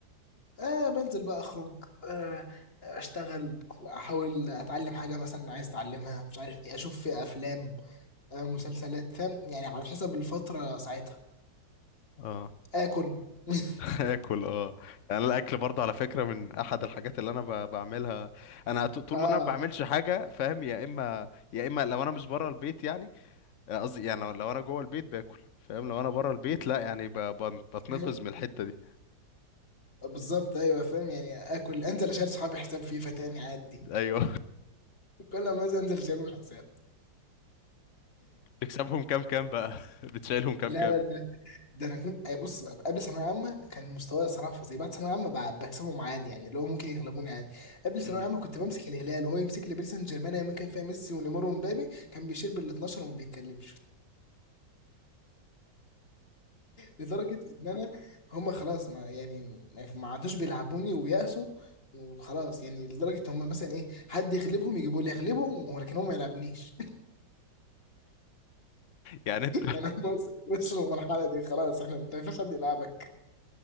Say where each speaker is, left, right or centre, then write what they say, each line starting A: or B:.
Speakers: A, on the left; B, on the left.
A: آه بنزل بقى أخرج آه أشتغل أحاول أتعلم حاجة مثلا عايز أتعلمها مش عارف إيه أشوف في أفلام آه مسلسلات فاهم يعني على حسب الفترة ساعتها
B: اه
A: آكل <laughs>
B: <laughs> اكل اه يعني الاكل برضه على فكره من احد الحاجات اللي انا ب... بعملها انا ط- طول
A: آه
B: ما انا ما بعملش حاجه فاهم يا اما يا اما لو انا مش بره البيت يعني آه، قصدي يعني لو انا جوه البيت باكل فاهم لو انا بره البيت لا يعني ب... ب... بتنقذ
A: فاهم؟
B: من الحته دي
A: بالظبط أيوه فاهم يعني آكل أنزل أشيل صحابي حساب فيفا تاني عادي
B: ايوه <laughs>
A: <laughs> كل ما أنزل أشيلهم حساب
B: بتكسبهم كام كام بقى <laughs> بتشيلهم كام
A: لا
B: كام
A: لا ده انا كنت أي بص بقى- قبل ثانويه عامه كان مستواي صراحه فظيع بعد ثانويه عامه ب- بكسبهم عادي يعني اللي هو ممكن يغلبوني عادي قبل ثانويه
B: امم
A: عامه كنت بمسك الهلال وهو يمسك لي باريس سان جيرمان ايام ما كان فيها ميسي ونيمار ومبابي كان بيشيل بال 12 وما بيتكلمش لدرجه ان انا هم خلاص ما يعني ما ما عادوش بيلعبوني ويأسوا وخلاص يعني لدرجه هم مثلا ايه حد يغلبهم يجيبوا لي اغلبهم ولكن هم ما يلعبونيش <laughs>
B: يعني
A: يعني هم وصلوا للمرحله دي خلاص احنا انت ما ينفعش حد يلعبك